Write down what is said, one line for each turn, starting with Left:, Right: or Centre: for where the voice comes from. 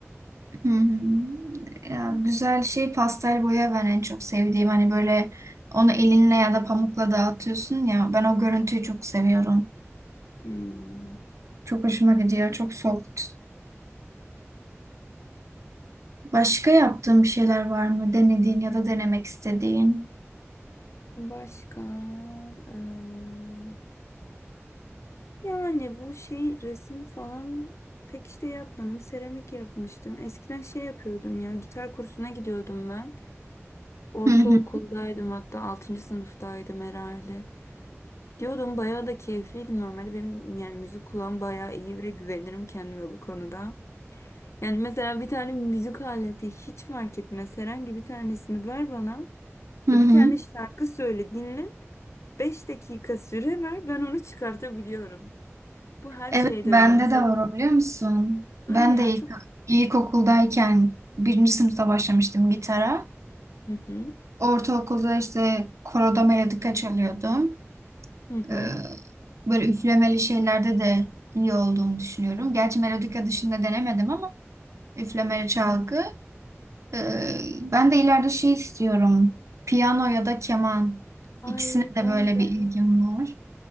Right: Hı hı. Ya,
Left: Öyle.
Right: güzel şey pastel boya ben en çok sevdiğim. Hani böyle onu elinle ya da pamukla dağıtıyorsun ya. Ben o görüntüyü çok seviyorum.
Left: Hmm,
Right: Çok hoşuma gidiyor. Çok soft. Başka yaptığın bir şeyler var mı? Denediğin ya da denemek istediğin.
Left: Başka eee, yani bu şey resim falan pek işte yapmadım. Seramik yapmıştım. Eskiden şey yapıyordum ya gitar kursuna gidiyordum ben. Ortaokuldaydım
Right: Hı hı.
Left: hatta altıncı sınıftaydım herhalde. Gidiyordum bayağı da keyifliydim normalde. Benim yani müzik kulağım bayağı iyi ve güvenirim kendime bu konuda. Yani mesela bir tane müzik aleti hiç fark etmez herhangi bir tanesini ver bana.
Right: Hı hı.
Left: Ve bir tane şarkı söyle dinlet, 5 dakika süre ver ben onu çıkartabiliyorum. Bu her
Right: Evet
Left: şeyde
Right: bende
Left: öyle mesela.
Right: de var o biliyor musun?
Left: Hadi
Right: Ben
Left: ya
Right: de ilk,
Left: çok...
Right: ilkokuldayken birinci sınıfta başlamıştım gitara.
Left: Hı hı.
Right: Ortaokulda işte koroda melodika çalıyordum.
Left: Hı hı.
Right: Ee, böyle üflemeli şeylerde de iyi olduğumu düşünüyorum. Gerçi melodika dışında denemedim ama üflemeli çalgı.
Left: hı.
Right: Ee, ben de ileride şey istiyorum. Piyano ya da keman.
Left: Ay
Right: İkisine de
Left: ben
Right: böyle
Left: de.
Right: bir ilgim var.